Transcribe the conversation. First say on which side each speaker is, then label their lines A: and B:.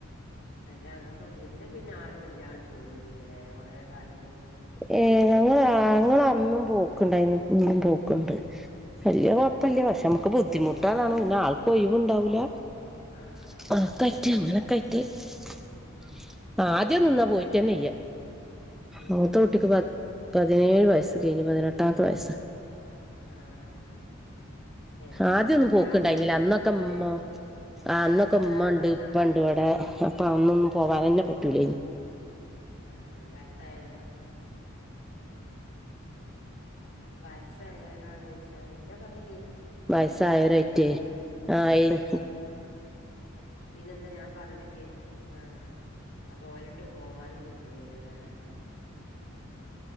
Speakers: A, on the left; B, in the centre.
A: അല്ല അങ്ങനൊക്കെ പിന്നെ പിന്നെ ആരും വെല്ലാണ്ട് പോരൂലലേ കൊറേ കാലം കയ്
B: ഏ ഞങ്ങ ഞങ്ങ അന്നും പോക്ക്ണ്ടായിരുന്നു ന്നും പോക്ക്ണ്ട്
A: ഉം
B: വല്യ
A: ആഹ്
B: കാെഴപ്പില്ല്യാ പഷെ മ്മ ബുദ്ധിമുട്ടാലാണ് പിന്നെ ആൾക്ക ഒഴിവുണ്ടാവില്ല
A: ആഹ്
B: <unintelligible>
A: അതാണ് ഉം മൂത്തകുട്ടിക്ക്
B: ആദ്യം നിന്നാ
A: എത്രായി
B: പോയിട്ടന്നെ ഇയ്യ
A: മൂത്തകുട്ടിക്ക്
B: മൂത്ത കുട്ടിക്ക്
A: എത്രായി
B: പ പതിനേഴ് വയസ്സ് കഴിഞ്ഞ് പതിനെട്ടാമത്തെ വയസ്സ്
A: ആ ആ ആഹ് ഏതായാലും
B: ആദ്യന്നും പോക്ക്ണ്ടായ്ഞ്ഞില്ല
A: യാത്ര ചെയ്യുമ്പോ
B: അന്നൊക്കെ
A: ഒരു
B: മ്മ ആഹ്
A: യാത്ര
B: അന്നൊക്കെ ഇമ്മണ്ട്
A: പറഞ്ഞ സാ
B: ഇപ്പണ്ട് ഇവിടെ
A: ആഹ്
B: അപ്പൊ അന്നൊന്നും പോവാനന്നെ പറ്റൂലേനി
A: ആ ആ വയസ്സായവരാ വയസ്സായോരാണോ യിച്ച ഞാൻ പറഞ്ഞ കേ
B: വയസ്സായോരാറ്റേ ആയീണ്
A: പിന്നെ എന്താ ഞാൻ പറഞ്ഞിട്ട് കേ ആ അപ്പൊ ഓലട്ട് പോവാനും പറ്റൂലല്ലോ ല്ലേ